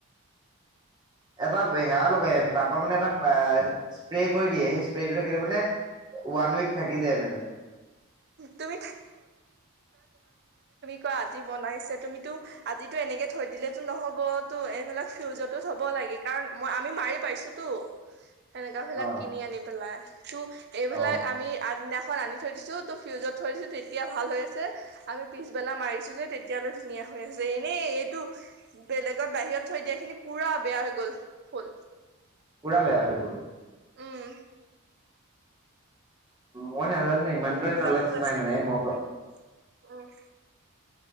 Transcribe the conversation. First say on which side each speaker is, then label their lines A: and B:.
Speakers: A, on the right; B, on the right.
A: এটা হেয়া লগাই তাৰ পৰা মানে এটা স্প্ৰে কৰি দিয়ে সেই স্প্ৰেটো থাকিলে মানে। ৱান ক থাকি যায় মানে,
B: তুমি ক আজি বনাইছে তুমিতো আজিিতো এনেকে থৈ দিলেতো নহ'ব তো এইফালাক ফিউজতো থব লাগে। লি কাৰণ মই আমি মাৰি পাইছোতো
A: <inaudible>
B: সেনেককা বিিলাক
A: অ
B: কিনি আনি পেলাই ত এইবিলাক
A: অ
B: আমি আগদিনাখন আনি থৈ দিছো। ফ্ৰিউজত থৈ দিছো তেতিয়া ভাল হৈ আছে আমি পিছবেলা মাৰিছো যে তেতিয়ালৈ ধুনীয়া হৈ আছে এনে, এইটো বেলেগত বাহিৰত থৈ দিয়া খিনি পুৰা বেয়া হৈ গল ফুল,
A: পৰা বেয়া হৈ গল।
B: উম
A: মনে আৰণে ই মন
B: গোলাপ ফুল
A: চিনাই
B: আছিল
A: মানে
B: যে
A: ম,
B: উম উম।